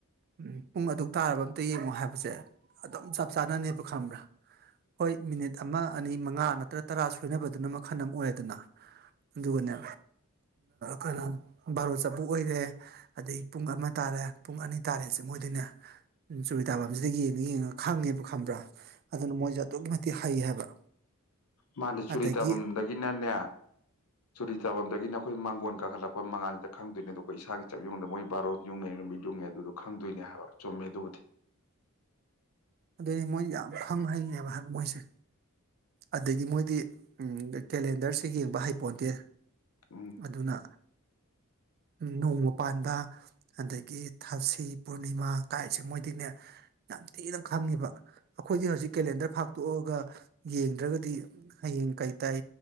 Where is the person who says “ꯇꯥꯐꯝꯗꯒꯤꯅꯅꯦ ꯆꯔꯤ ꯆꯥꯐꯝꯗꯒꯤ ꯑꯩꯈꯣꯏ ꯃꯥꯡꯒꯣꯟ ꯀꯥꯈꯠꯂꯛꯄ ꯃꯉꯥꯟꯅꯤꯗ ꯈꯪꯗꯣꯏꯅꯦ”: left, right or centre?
Left